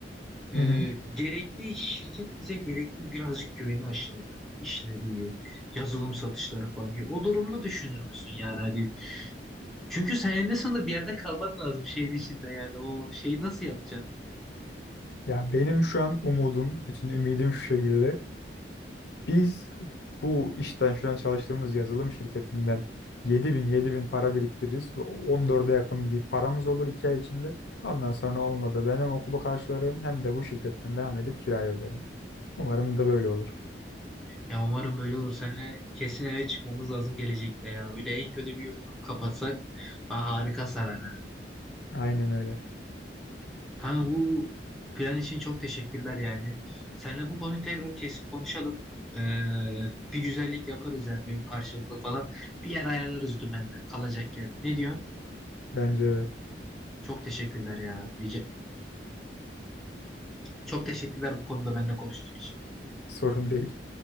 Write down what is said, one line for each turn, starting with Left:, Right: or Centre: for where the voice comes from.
Centre: Ee,
Left: Hı hı.
Centre: gerekli şirket bize gerekli birazcık güveni aşıladı. İşleri, yazılım satışları falan. Ya O durumda düşünür müsün yani hadi. Çünkü sen eninde sonunda bir yerde kalman lazım şehir içinde yani. O şeyi nasıl yapacaksın?
Left: Ya benim şu an umudum, bütün ümidim şu şekilde. Biz bu işten şu an çalıştığımız yazılım şirketinden 7000 bin para biriktiririz. 14'e yakın bir paramız olur 2 ay içinde. Ondan sonra onunla da ben hem okulu karşılarım hem de bu şirketten devam edip kirayı öderim. Umarım da böyle olur.
Centre: Ya umarım böyle olur. Seninle kesin eve çıkmamız lazım gelecekte ya. Böyle en kötü bir yurt kapatsak ha, harika sarar.
Left: Aynen öyle.
Centre: Kanka bu plan için çok teşekkürler yani. Seninle bu konuyu tekrar kesin konuşalım. Ee, bir güzellik yaparız yani bir karşılıklı falan. Bir yer ayarlarız dümenle kalacak yer. Ne diyorsun?
Left: Bence de
Centre: Çok teşekkürler ya. Rica- Çok teşekkürler bu konuda benimle konuştuğun için.
Left: sorun değil.